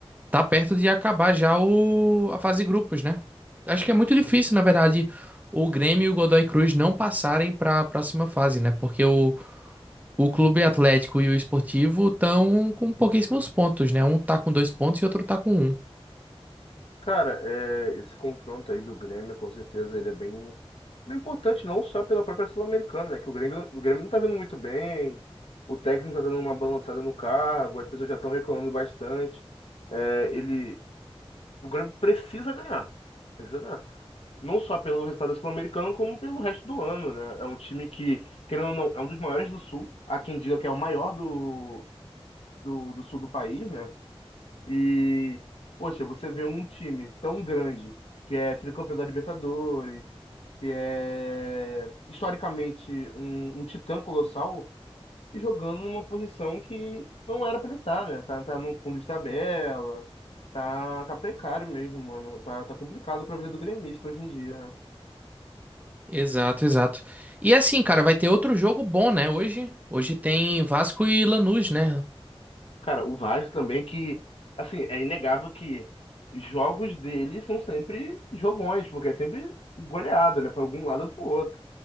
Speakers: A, on the right; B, on the left.
A: tá perto de acabar já o, a fase grupos, né? Acho que é muito difícil, na verdade, o Grêmio e o Godoy Cruz não passarem para a próxima fase, né? Porque o, o Clube Atlético e o Esportivo estão com pouquíssimos pontos, né? Um tá com dois pontos e outro tá com um.
B: Cara, é, esse confronto aí do Grêmio, com certeza, ele é bem, bem importante, não só pela própria Sul-Americana, né? Que o Grêmio, o Grêmio não tá vindo muito bem, o técnico já tá dando uma balançada no cargo, as pessoas já estão reclamando bastante. É, ele, o Grêmio precisa ganhar, precisa ganhar. Não só pelo resultado da Sul-Americana, como pelo resto do ano, né? É um time que, querendo ou não, é um dos maiores do Sul. Há quem diga que é o maior do, do, do Sul do país, né? E, poxa, você vê um time tão grande, que é tricampeão da Libertadores, que é historicamente um, um titã colossal, e jogando numa posição que não era pra ele estar, né? Tá, tá no fundo de tabela, tá, tá precário mesmo, mano. Tá, tá complicado pra vida do gremista hoje em dia. né?
A: Exato, exato. E assim, cara, vai ter outro jogo bom, né? Hoje, hoje tem Vasco e Lanús, né?
B: Cara, o Vasco também que, assim, é inegável que jogos dele são sempre jogões, porque é sempre goleada, né? Pra algum lado ou pro outro.